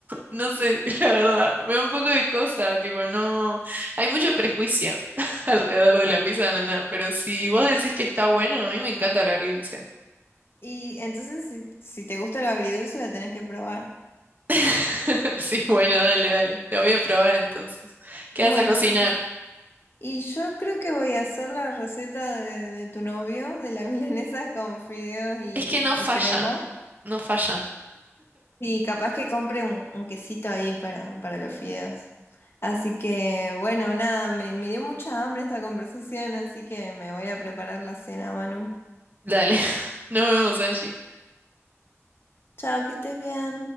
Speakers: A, on the right; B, on the left.
A: No sé, <laughs> la verdad, me da un poco de cosa, tipo, no, hay mucho prejuicio <laughs> alrededor de la pizza de ananá, pero si vos decís que está bueno, a mí me encanta lo agridulce.
B: Y entonces, si, si te gusta lo agridulce, lo tenés que probar.
A: <laughs> Sí, bueno, dale, dale, te voy a probar entonces. ¿Qué
B: Bueno,
A: vas a cocinar?
B: Y yo creo que voy a hacer la receta de, de tu novio, de la <laughs> milanesa con fideos y,
A: Es que no
B: y
A: falla,
B: crema.
A: no falla.
B: Y capaz que compre un, un quesito ahí para, para los fideos. Así que, bueno, nada, me, me dio mucha hambre esta conversación, así que me voy a preparar la cena, Manu.
A: Dale, <laughs> nos vemos, Angie.
B: Chao, que estés bien.